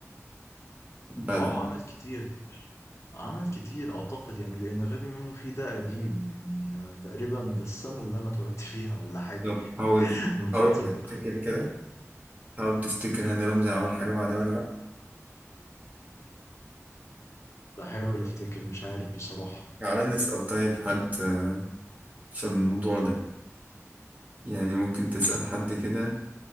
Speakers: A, on the right (about 30°); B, on the left (about 60°).
A: بعد
B: آه عمل كتير عمل كتير أعتقد يعني لأن غبي منه فيه ده قديم يعني آه، تقريبا ده السنة اللي أنا اتولدت <laughs> فيها ولا حاجة
A: لو حاول
B: <laughs> من فترة
A: حاول تفتكر كده حاول تفتكر هاني رمزي عمل حاجة بعدها ولا لأ
B: بحاول أفتكر مش عارف بصراحة
A: تعالى نسأل طيب حد آه، في الموضوع ده يعني ممكن تسأل حد كده